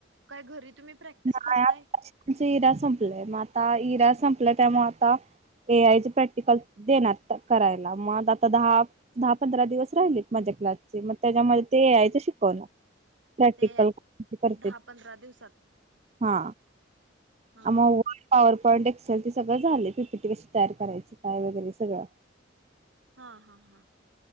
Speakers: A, on the right (about 75°); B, on the right (about 35°).
A: काय घरी तुम्ही प्रॅक्टिस
B: नाही
A: करताय?
B: आत्ताच <unintelligible> हिरा संपलाय मग आता हिरा संपला त्यामुळे आता, ए आयच प्रॅक्टिकल देणार करायला मग आता दहा, दहा, पंधरा, दिवस राहिलेत माझ्या क्लासचे, मग त्याच्यामध्ये ते ए आयच शिकवणार. प्रॅक्टिकल
A: ते
B: करते.
A: दहा पंधरा दिवसात
B: हा.
A: हा
B: <unintelligible> पॉंट एक्सेल ते सगळं झालय. पी पी टी कशी तयार करायची काय वगैरे सगळं.
A: हा हा हा.